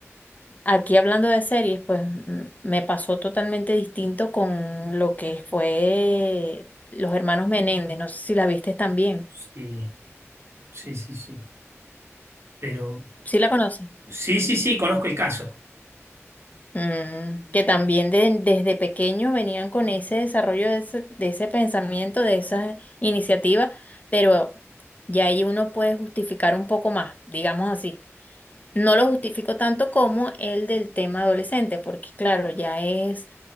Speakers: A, on the left; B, on the right.
A: Aquí hablando de series, pues m- me pasó totalmente distinto con lo que fue Los Hermanos Menéndez. No sé si la viste también.
B: sí, sí, sí, sí. Pero
A: ¿Sí la conoces?
B: sí, sí, sí, conozco el caso.
A: Mm, que también de- desde pequeños venían con ese desarrollo de ese, de ese pensamiento, de esa iniciativa, pero ya ahí uno puede justificar un poco más, digamos así. No lo justifico tanto como el del tema adolescente, porque claro, ya es